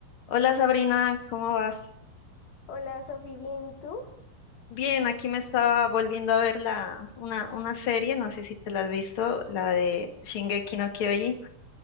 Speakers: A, on the left; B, on the left.
A: Hola Sabrina, ¿cómo vas?
B: Hola, Sofi, ¿bien? ¿Y tú?
A: Bien, aquí me estaba volviendo a ver la, una, una serie, no sé si te la has visto, la de Shingeki no Kyojin,